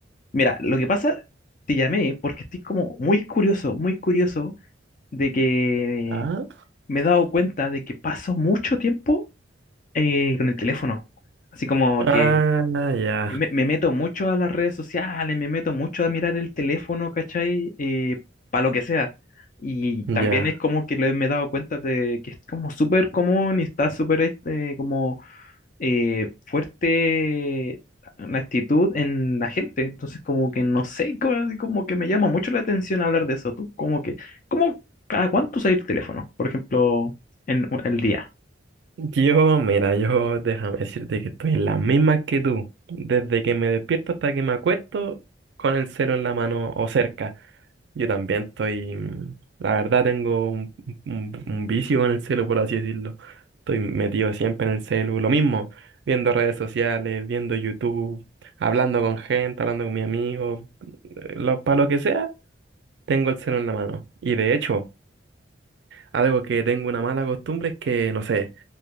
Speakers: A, on the left; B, on the right.
A: Mira, lo que pasa, te llamé porque estoy como muy curioso, muy curioso de que
B: Ah,
A: me he dado cuenta de que paso mucho tiempo eh, con el teléfono. Así como
B: Ah,
A: que
B: ya,
A: me, me meto mucho a las redes sociales, me meto mucho a mirar el teléfono, ¿cachai? para lo que sea. Y también
B: ya.
A: es como que le- me he dado cuenta de que es como súper común y está súper este, como eh, fuerte la actitud en la gente. Entonces, como que no sé, como, como que me llama mucho la atención hablar de eso. Tú, como que, ¿cómo cada cuánto usas el teléfono? Por ejemplo, en el día.
B: Yo, mira, yo déjame decirte que estoy en la misma que tú. Desde que me despierto hasta que me acuesto, con el celo en la mano o cerca. Yo también estoy, mm, la verdad tengo un, un- un vicio con el celu, por así decirlo. Estoy metido siempre en el celu, lo mismo, viendo redes sociales, viendo YouTube, hablando con gente, hablando con mis amigos, lo, para lo que sea, tengo el celu en la mano. Y de hecho, algo que tengo una mala costumbre es que, no sé,